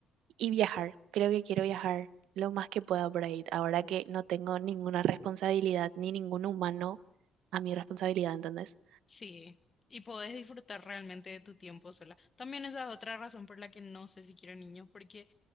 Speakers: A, on the right (about 85°); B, on the left (about 35°).
A: y viajar. Creo que quiero viajar lo más que pueda por ahí, ahora que no tengo ninguna responsabilidad ni ningún humano a mi responsabilidad, ¿entendés?
B: Sí, y podés disfrutar realmente de tu tiempo sola. También esa es otra razón por la que no sé si quiero niños, porque,